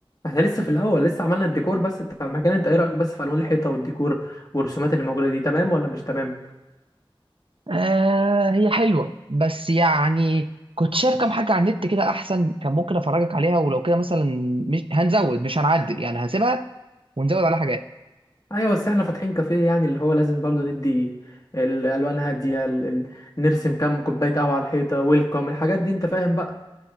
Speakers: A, on the left; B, on the right.
A: احنا لسه في الاول لسه عملنا الديكور بس بتاع المكان انت ايه رايك بس في الوان الحيطه والديكور والرسومات اللي موجوده دي تمام ولا مش تمام
B: آه هي حلوه بس يعني كنت شايف كام حاجه على النت كده احسن كان ممكن افرجك عليها ولو كده مثلا مش هنزود مش هنعدل يعني هسيبها ونزود عليها حاجات
A: ايوه بس احنا فاتحين كافيه يعني اللي هو لازم برضه ندي الالوان هاديه ال- ال- نرسم كام كوبايه قهوه على الحيطه ويلكم الحاجات دي انت فاهم بقى